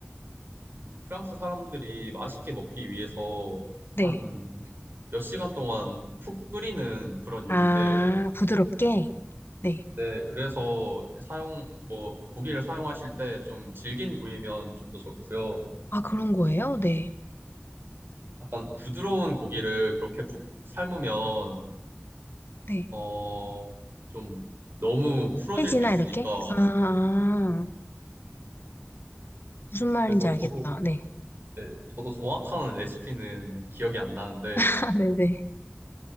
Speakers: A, on the right (about 60°); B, on the left (about 65°).
A: 음, 프랑스 사람들이 맛있게 먹기 위해서
B: 네.
A: 한 몇 시간 동안 푹 끓이는 그런 요리인데
B: 아, 부드럽게? 네.
A: 네, 그래서 사용 뭐 고기를 사용하실 때 좀 질긴 부위면 좀 더 좋고요.
B: 아, 그런 거예요? 네.
A: 약간 부드러운 고기를 그렇게 푹 삶으면
B: 네.
A: 어, 좀 너무 풀어질
B: 해지나
A: 수 있으니까.
B: 이렇게? 아, 아, 무슨 말인지
A: 그래서
B: 알겠다.
A: 저도,
B: 네.
A: 네, 저도 정확한 레시피는 기억이 안 나는데,
B: <laughs> 아, 네, 네,